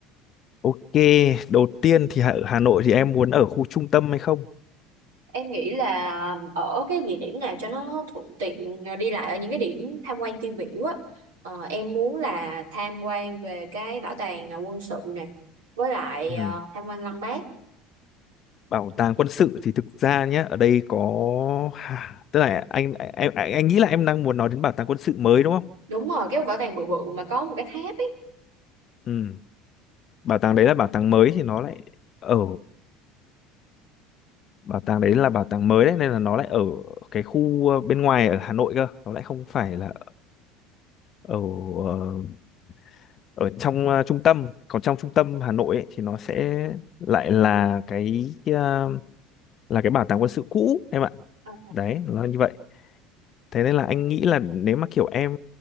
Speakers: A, on the left; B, on the right.
A: Ok, đầu tiên thì ở Hà Nội thì em muốn ở khu trung tâm hay không?
B: Em nghĩ là ở cái địa điểm nào cho nó thuận tiện ờ, đi lại ở những cái điểm tham quan tiêu biểu á. Ờ, em muốn là tham quan về cái bảo tàng ờ, quân sự nè, với lại
A: Ừ.
B: ờ, tham quan Lăng Bác.
A: Bảo tàng quân sự thì thực ra nhé, ở đây có ha, tức là anh em anh, anh nghĩ là em đang muốn nói đến bảo tàng quân sự mới đúng không?
B: Đúng rồi, cái bảo tàng bự bự mà có một cái tháp ấy.
A: Ừ. Bảo tàng đấy là bảo tàng mới thì nó lại ở bảo tàng đấy là bảo tàng mới đấy nên là nó lại ở cái khu ờ, bên ngoài ở Hà Nội cơ, nó lại không phải là ở ờ, ở trong ờ, trung tâm, còn trong trung tâm Hà Nội ấy, thì nó sẽ lại là cái ờ, là cái bảo tàng quân sự cũ em ạ
B: Ờ,
A: đấy nó như vậy thế nên là anh nghĩ là nếu mà kiểu em